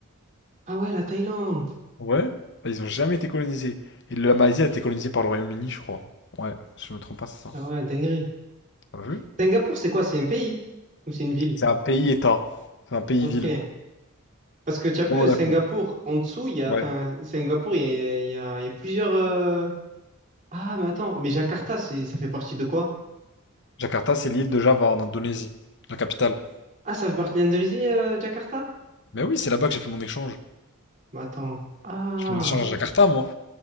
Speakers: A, on the right; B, on the left.
A: Ah ouais, la Thaïlande.
B: Ouais. Bah, Ils ont jamais été colonisés. Et la Malaisie a été colonisée par le Royaume-Uni, je crois. Ouais, si je me trompe pas, c'est ça.
A: Ah ouais, dinguerie.
B: T'as vu?
A: Singapour, c'est quoi? C'est un pays? Ou c'est une ville?
B: C'est un pays-État. C'est un pays-ville.
A: Ok. Parce que tu as
B: C'est
A: vu,
B: pas Monaco.
A: Singapour, en dessous, il y a...
B: Ouais.
A: Enfin, Singapour, il y a, il y a, il y a plusieurs... euh, Ah, mais attends, mais Jakarta, c'est, ça fait partie de quoi?
B: Jakarta, c'est l'île de Java en Indonésie, la capitale.
A: Ah, ça fait partie de l'Indonésie, euh, Jakarta?
B: Mais oui, c'est là-bas que j'ai fait mon échange.
A: Mais attends. Ah.
B: Je fais mon échange à Jakarta, moi.